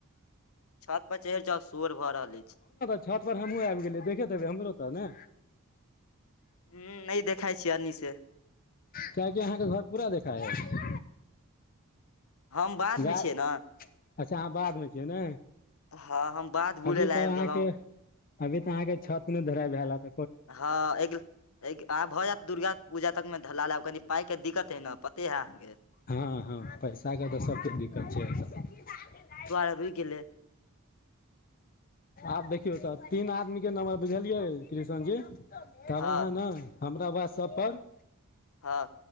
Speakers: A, on the left (about 70°); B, on the left (about 40°).
A: छत पर चढ़ि जाउ सोर भऽ रहल अछि।
B: छत पर हमहूँ आबि गेलियै देखे देबै हमरो तऽ ने
A: हूं नै देखाय छैय अनि से
B: कियाकि अहाँके घर पूरा देखा हय
A: हम बाध में
B: गा
A: छियै ने
B: अच्छा अहाँ बाधमें छियै ने
A: हँ हम बाध बुलै
B: अभी
A: लए
B: तऽ
A: आबि
B: अहाँके
A: गेलहुँ
B: अभी तऽ अहाँके छत नै ढलाय भेल हैत
A: हँ, एगला आब भऽ जायत दुर्गा पूजा तक में ढलाल आब कनि पाइके दिक्कत हइ ने पते हइ अहाँके
B: हँ - हँ, पैसाके तऽ सबके दिक्कत छै।
A: रुइक गेलै।
B: आब देखियौ तऽ तीन आदमी के नम्बर बुझलियै कृष्ण जी तब
A: हँ
B: अहाँ ने हमरा वाट्सएप पर
A: हँ।